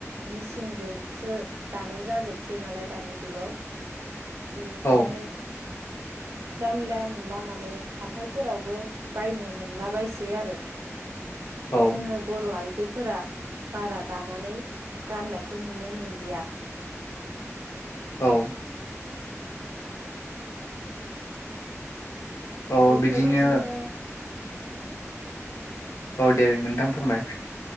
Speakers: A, on the right; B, on the left.
A: मेसिनजोंसो दानाय जाजोबसै नालाय दानि जुगाव बेनिखायनो
B: औ
A: जानला मोनला माने हाथाइफोरावबो बायनो मोनला बायसै आरो
B: औ
A: जोङो बर' आइजोफोरा बारा दानानै गाननायखौ नुनो मोनलिया
B: औ औ
A: बेफोरबायदिनो
B: बिदिनो औ दे नोंथां फोरमाय